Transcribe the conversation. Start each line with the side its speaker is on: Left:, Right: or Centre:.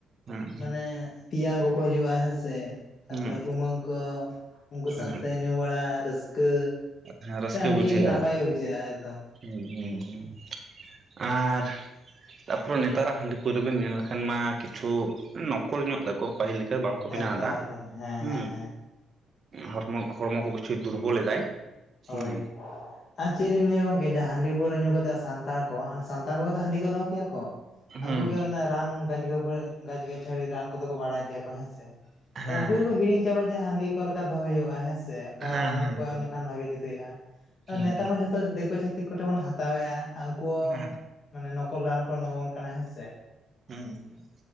Right: ᱦᱩᱸ
Left: ᱢᱟᱱᱮ ᱛᱮᱭᱟᱝ ᱠᱚᱠᱚ ᱦᱤᱡᱩᱜᱼᱟ ᱦᱮᱸ ᱥᱮ ᱛᱟᱯᱚᱨᱮ
Right: ᱦᱩᱸ
Left: ᱠᱩᱢᱟᱹᱝ ᱠᱚ ᱩᱱᱠᱩ
Right: ᱦᱩᱸ
Left: ᱥᱟᱶᱛᱮ ᱧᱩ ᱵᱟᱲᱟ ᱨᱟᱹᱥᱠᱟᱹ
Right: ᱦᱮᱸ ᱨᱟᱹᱥᱠᱟᱹ
Left: ᱟᱹᱰᱤ
Right: ᱵᱩᱡᱷᱟᱹᱜᱼᱟ
Left: ᱱᱟᱯᱟᱭ ᱵᱩᱡᱷᱟᱹᱟ ᱮᱠᱫᱚᱢ
Right: ᱦᱩᱸ ᱦᱩᱸ ᱦᱩᱸ ᱟᱨ ᱛᱟᱨᱯᱚᱨᱮ ᱱᱮᱛᱟᱨᱟᱜ ᱦᱟᱺᱰᱤ ᱯᱟᱹᱣᱨᱟᱹ ᱵᱮᱱ ᱧᱮᱞ ᱞᱮᱠᱷᱟᱱ ᱢᱟ ᱠᱤᱪᱷᱩ ᱱᱚ ᱠᱚᱞ ᱧᱚᱜ ᱫᱟᱠᱚ ᱯᱟᱹᱦᱤᱞ ᱞᱮᱠᱟ ᱵᱟᱝᱠᱚ ᱵᱮᱱᱟᱣᱫᱟ
Left: ᱮᱠᱫᱚᱢ ᱮᱠᱫᱚᱢ ᱦᱮᱸ
Right: ᱦᱩᱸ
Left: ᱦᱮᱸ ᱦᱮᱸ
Right: ᱦᱚᱲᱢᱚ ᱦᱚᱲᱢᱚ ᱠᱚ ᱠᱤᱪᱷᱩ ᱫᱩᱨᱵᱚᱞ
Left: ᱦᱩᱸ
Right: ᱮᱟᱭ
Left: ᱦᱳᱭ
Right: ᱦᱩᱸ
Left: ᱟᱨ ᱪᱮᱫ ᱞᱤᱧ ᱞᱟᱹᱭᱟ ᱜᱚᱝᱠᱮ ᱡ ᱦᱟᱺᱰᱤ ᱯᱟᱹᱣᱟᱹ ᱧᱩ ᱠᱟᱛᱮᱮᱫ ᱥᱟᱱᱛᱟᱲ ᱠᱚ ᱦ ᱥᱟᱱᱛᱟᱲ ᱠᱚ ᱫᱚ ᱦᱟᱺᱰᱤ ᱠᱚ ᱫᱚᱦᱚ ᱠᱮᱭᱟ ᱠᱚ
Right: ᱦᱩᱸ
Left: ᱩᱱᱠᱩ ᱜᱮ ᱚᱱᱟ ᱨᱟᱱᱪ ᱜᱟᱪ ᱜᱟᱪᱷᱟᱹᱲᱤ ᱨᱟᱱ ᱠᱚᱫᱚ ᱠᱚ ᱵᱟᱲᱟᱭ ᱜᱮᱭᱟ ᱠᱚ ᱦᱮᱸ ᱥᱮ
Right: ᱦᱮᱸ
Left: ᱫᱚ ᱩᱱᱠᱩ ᱜᱮᱠᱚ ᱦᱤᱲᱤᱧ ᱪᱟᱵᱟ ᱡᱮ ᱦᱟᱺᱰᱤ ᱚᱠᱟ ᱞᱮᱠᱟ ᱫᱚᱦᱚᱭ ᱦᱩᱭᱩᱜᱼᱟ ᱦᱮᱸ ᱥᱮ ᱚᱠᱟ
Right: ᱦᱮᱸ
Left: ᱨᱟᱱ
Right: ᱦᱮᱸ
Left: ᱠᱚ ᱮᱢ ᱞᱮᱠᱷᱟᱱ ᱵᱷᱟᱜᱤ ᱡᱩᱛ ᱦᱩᱭᱩᱜᱼᱟ ᱟᱫᱚ
Right: ᱦᱮᱸ
Left: ᱱᱮᱛᱟᱨ ᱢᱟ ᱡᱚᱛᱚ ᱫᱤᱠᱩ ᱪᱷᱟᱹᱤᱠ ᱠᱚ ᱴᱷᱮᱱ ᱵᱚᱱ ᱦᱟᱛᱟᱣᱮᱫᱼᱟ ᱩᱱᱠᱩ
Right: ᱦᱮᱸ
Left: ᱢᱟᱱᱮ ᱱᱚᱠᱚᱞ ᱨᱟᱱ ᱠᱚ ᱮᱢᱟᱵᱚᱱ ᱠᱟᱱᱟ ᱦᱮᱸ ᱥᱮ
Right: ᱦᱩᱸ